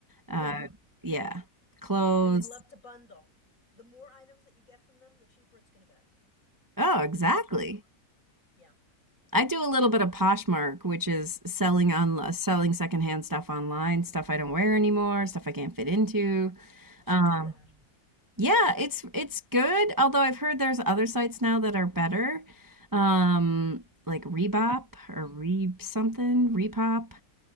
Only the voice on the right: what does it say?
uh,
yeah, clothes.
Oh, exactly.
I do a little bit of Poshmark, which is selling on uh, selling secondhand stuff online, stuff I don't wear anymore, stuff I can't fit into.
Um,
yeah, it's it's good. Although I've heard there's other sites now that are better, um, like Rebop or
Re something, Repop.